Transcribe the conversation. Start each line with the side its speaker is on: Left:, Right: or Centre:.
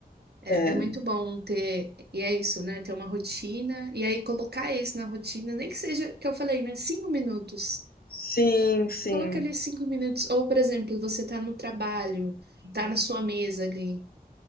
Right: É,
Left: É.
Right: é muito bom ter, e é isso, né? Ter uma rotina, e aí colocar isso na rotina, nem que seja, que eu falei, né? Cinco minutos.
Left: Sim, sim.
Right: Coloca ali cinco minutos. Ou, por exemplo, você tá no trabalho, tá na sua mesa ali.